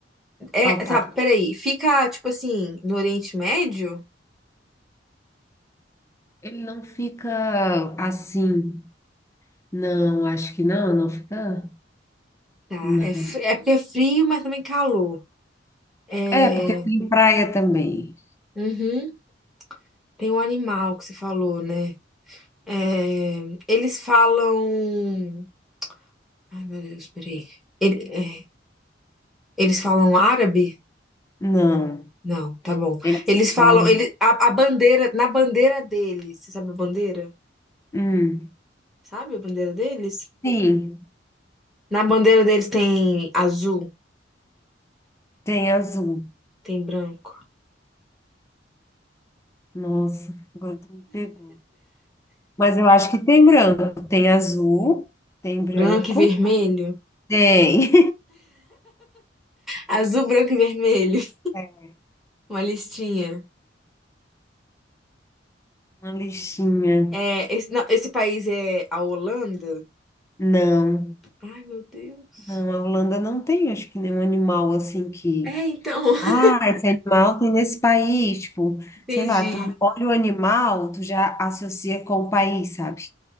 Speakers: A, in the centre; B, on the left.
A: É,
B: Ao
A: tá,
B: par.
A: peraí. Fica, tipo assim, no Oriente Médio?
B: Ele não fica assim. Não, acho que não, não fica.
A: Tá,
B: Não.
A: é, fri- é porque é frio, mas também calor. É...
B: É, porque tem praia também.
A: Uhum, tem um animal que você falou, né? É, Eles falam... Ai, meu Deus, peraí. Ele- é, Eles falam árabe?
B: Não.
A: Não, tá bom.
B: Eles
A: Eles falam...
B: falam.
A: Ele... A, a bandeira... Na bandeira deles... Você sabe a bandeira?
B: Hum.
A: Sabe a bandeira deles?
B: Sim,
A: Na bandeira deles tem azul,
B: tem azul.
A: tem branco.
B: Nossa, agora tu me pegou. Mas eu acho que tem branco. Tem azul, tem
A: Branco
B: branco,
A: e vermelho?
B: tem.
A: Azul, branco e vermelho.
B: <laughs>
A: <laughs> Uma listinha.
B: Uma lixinha.
A: É, esse, não, esse país é a Holanda?
B: Não.
A: Ai, meu Deus.
B: Não, a Holanda não tem, acho que nenhum animal assim que.
A: É, então.
B: Ah,
A: <laughs>
B: esse animal tem nesse país. Tipo,
A: Entendi.
B: sei lá, tu olha o animal, tu já associa com o país, sabe?